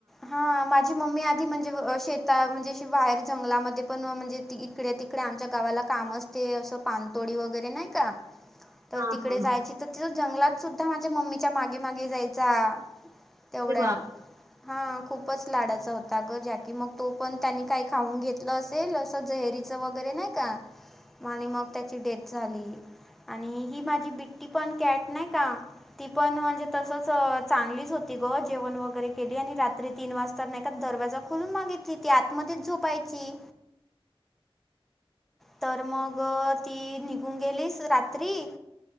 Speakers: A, in the centre; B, on the right.
A: हा माझी मम्मी आधी म्हणजे व अ शेतात म्हणजे अशी बाहेर जंगलामध्ये पण म्हणजे ती इकडे तिक कडे आमच्या गावाला काम असते असं पानतोडी वगैरे नाही का तर
B: हा
A: तिकडे
B: हा
A: जायची तिथं जंगलात सुद्धा माझ्या मम्मीच्या मागे मागे जायचा. तेवढ्या
B: अरे बाप
A: हा खूपच लाडाचा होता अगं जॅकी मग तो पण त्यांनी काही खाऊन घेतला असेल असं जहरी चा वगैरे नाही का आणि मग त्याची डेथ झाली. आणि माझी बिट्टी पण कॅट नाही का ती पण म्हणजे तसच चांगलीच होती गं जेवण वगैरे केली आणि रात्री तीन वाजता नाय का दरवाजा खोलून मागित ती आतमध्येच झोपायची तर मग ती निघून गेलीस रात्री